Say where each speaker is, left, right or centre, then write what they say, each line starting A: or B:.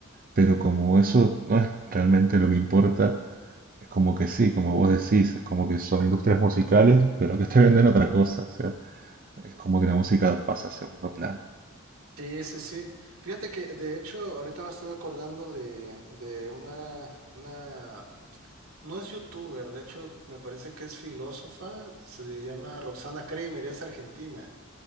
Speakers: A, on the right; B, on the right.
A: pero como eso no es realmente lo que importa, Es como que sí, como vos decís, es como que son industrias musicales, pero que te venden otra cosa. O sea, es como que la música pasa a segundo plano.
B: Sí, sí, sí. Fíjate que de hecho ahorita me estoy acordando de, de una, una No es youtuber, de hecho me parece que es filósofa, se llama Roxana Kramer, es argentina.